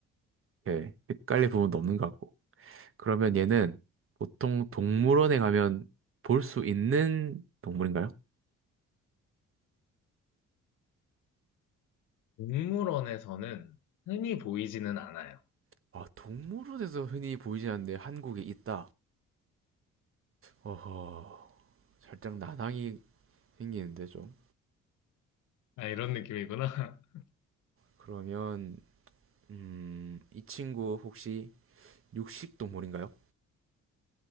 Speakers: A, on the right; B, on the left.
A: 오케이. 헷갈릴 부분도 없는 것 같고. 그러면 얘는 보통 동물원에 가면 볼 수 있는 동물인가요?
B: 동물원에서는 흔히 보이지는 않아요.
A: 아, 동물원에서 흔히 보이진 않는데 한국에 있다. 어허, 살짝 난항이 생기는데 좀.
B: 아, 이런 느낌이구나. <laughs>
A: 그러면 음, 이 친구 혹시 육식 동물인가요?